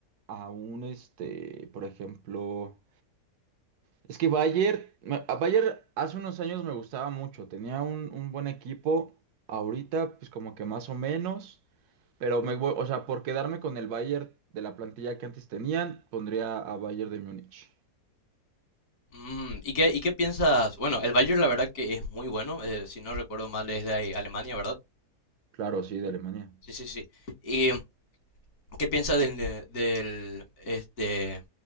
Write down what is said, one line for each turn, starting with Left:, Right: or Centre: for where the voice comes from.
Right: a un, este, por ejemplo, es que Bayer, me- a Bayer hace unos años me gustaba mucho, tenía un, un buen equipo, ahorita pues como que más o menos. Pero me voy, o sea, por quedarme con el Bayern de la plantilla que antes tenían, pondría a Bayern de Múnich.
Left: Mm, ¿y qué, y qué piensas? Bueno, el Bayern la verdad que es muy bueno, eh, si no recuerdo mal es de ahí, Alemania, ¿verdad?
Right: Claro, sí, de Alemania.
Left: Sí, sí, sí. ¿Y mm, qué piensas del, de- del, este,